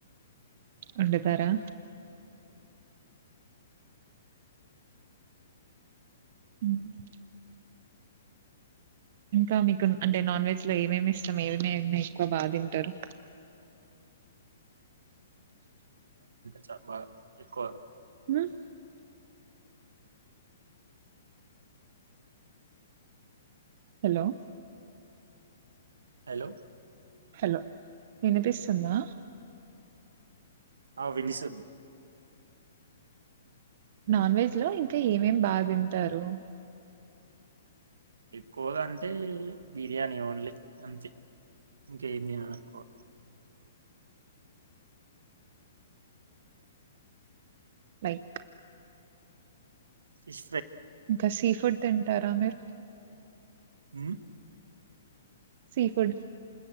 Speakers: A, on the right (about 50°); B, on the right (about 80°).
A: వండుతారా ఉమ్ ఇంకా మీకు అంటే నాన్ వెజ్ లో ఏమేమి ఇష్టం ఏమేమి ఎక్కువ బాగా తింటారు
B: ట బాగ ఎక్కువ
A: ఉమ్ హలో
B: హలో
A: హలో వినిపిస్తుందా
B: ఆ వినిస్
A: నాన్ వెజ్ లో ఇంకా ఏమేమి బాగా తింటారు
B: ఎక్కువగా అంటే బిర్యానీ ఓన్లీ అంతే ఇంక ఏం తినను ఎక్కువ
A: లైక్
B: స్
A: గసిఫడ్ తింటారా మీరు
B: ఉమ్
A: సీ ఫుడ్